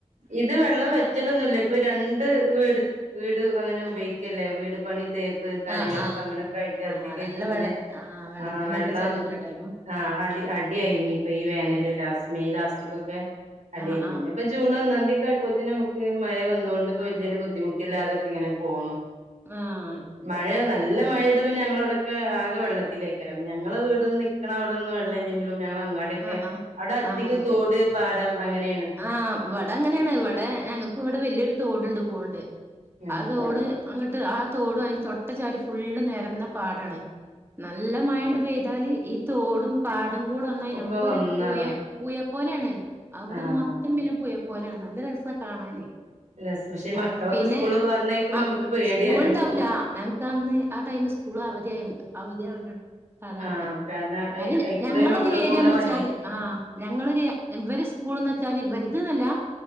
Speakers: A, on the right (about 85°); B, on the right (about 20°).
A: ഇത് വെള്ളം വറ്റലൊന്നുല്ല ഇപ്പം രണ്ട് വീട് വീട് അങ്ങനെ ഉപയോഗിക്കല്ലേ വീട് പണി തേ പ്പ് കാര്യങ്ങളൊക്കെ
B: ആഹ് ആഹ്
A: അങ്ങനൊക്കെ ആയിട്ട്
B: ആഹ്
A: അധികം
B: നല്ല
A: ഇപ്പം പിന്നെ
B: വെള്ള ആഹ് വെള്ളത്തിന്
A: ആ വെള്ളം
B: നല്ല ചെലവില്ല ടൈമാ
A: ആഹ് അടി അടിയായിനി ഇപ്പം ഈ വേനല് ലാസ്റ്റ് മെയ് ലാസ്റ്റ്ക്കൊക്കെ അടിയായിനി
B: ആഹ് ആഹ്
A: പിന്നെ ഇപ്പ ജൂൺ ഒന്നാന്തി ഒക്കെ ആയപ്പോത്തിന് ഞമ്മക്ക് മഴ വന്നോണ്ട് ഇപ്പം
B: ആഹ്
A: വല്യൊര്
B: ആഹ്
A: ബുദ്ധിമുട്ടില്ലാതൊക്കെ ഇങ്ങനെ പോണു
B: ആഹ് ശരി
A: മഴ നല്ല മഴയത്ത് പിന്നെ ഞങ്ങളവിടക്കെ ആകെ വെള്ളത്തിലേക്കാരം ഞങ്ങളെ വീട് ന്നി ക്കണ അവിടൊന്നും വെള്ളം ഇല്ല്യങ്കിലും ഞങ്ങള അങ്ങാടിയൊക്കെ
B: ആഹ് ആഹ്
A: അവടെ അധികം
B: ആഹ് അതെ
A: തോട് പാടം അങ്ങനെണ്
B: ആഹ് ഇവടെ അങ്ങനേണ് ഇവടെ ഞങ്ങൾക്ക് ഇവടെ വല്യൊരു തോട്ണ്ട് പോവ്ണ്ട്
A: ആ
B: ആഹ് തോട് അങ്ങട്ട് ആഹ് തോടും ഐന്റെ തൊട്ട് ച്ചാരി ഫുള്ള് നെരന്ന പാടാണ് നല്ല മഴേണ്ട് പെയ്താല് ഈ തോടും പാടം കൂടെ ഒന്നായി
A: ഒക്കെ
B: നമുക്കൊരു
A: ഒന്നാവാ
B: പുഴ പുയ പോലെയാണ് അവിടെ
A: ആഹ്
B: മൊത്തം പിന്നെ പുയ പോലെയാണ് നല്ല രസാ കാണാന്.
A: രസ പക്ഷെ ഈ
B: ആഹ്
A: മക്കളൊക്കെ
B: പിന്നെ
A: സ്കൂള് പറഞ്ഞയക്കുമ്പോ
B: മക്
A: നമുക്ക് പേടിയാണ്
B: സ്കൂൾ ഇണ്ടാവൂല്ലാ ഞങ്ങ് ക്കെ അന്ന് ആഹ് ടൈമ് സ്കൂള് അവധിയാവൽ അവധി ആവലാണ് സാധാരണ
A: ആഹ് കാരണം
B: ഇന്നാലും
A: അയിക്കൂടെ
B: ഞങ്ങളൊരു
A: ഈ മക്കള്
B: ഏരിയാന്ന്
A: പോണ വഴിയേ
B: വെച്ചാല് ആഹ് ഞങ്ങളൊരു ഇവര് സ്കൂൾന്ന് വെച്ചാല് ഇവര്ത് ന്നല്ലാ